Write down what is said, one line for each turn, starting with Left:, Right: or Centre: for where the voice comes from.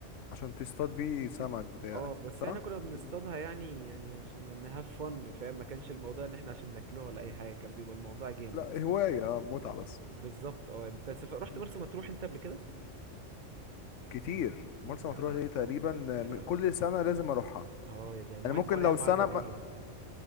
Left: عشان تصطاد بيه سمك بتاعك
Right: اه بس
Left: صح
Right: احنا كنا بنصطادها
Left: مم.
Right: يعني يعني عشان نهاف فن فاهم ما كانش الموضوع ان احنا عشان ناكلوها ولا اي حاجه كان بيبقى الموضوع جامد
Left: لا هواية اه متعة بس
Right: بالظبط اه انت سف... رحت
Left: مم.
Right: مرسى مطروح انت قبل كده
Left: كتير مرسى
Right: يا
Left: مطروح دي تقريبا آه،
Right: يا
Left: م-
Right: لهوي
Left: كل سنة لازم اروحها
Right: اه يعني ميه
Left: انا ممكن
Right: ميه
Left: لو
Right: معدنيه
Left: سنة